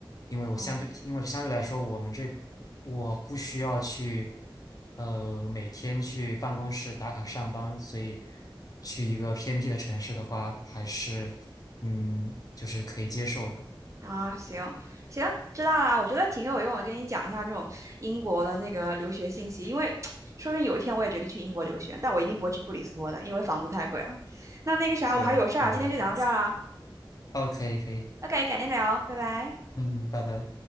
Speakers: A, on the left (about 45°); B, on the right (about 35°).
A: 因为我相对，
B: 哦。
A: 因为相对来说，我们这我不需要去呃每天去办公室打卡上班，所以去一个偏僻的城市的话，还是嗯就是可以接受的。
B: 啊，行行，知道啦。我觉得挺有用的，跟你讲一下这种英国的那个留学信息，因为 <tsk> 说不定有一天我也决定去英国留学，但我一定不会去布里斯托的，因为房租太贵了。那那个啥，
A: 对，
B: 我还有事儿啊，
A: 老大不
B: 今天就讲到这儿啦，
A: ，OK，可以，
B: OK，改改天聊，拜拜。
A: 嗯，拜拜。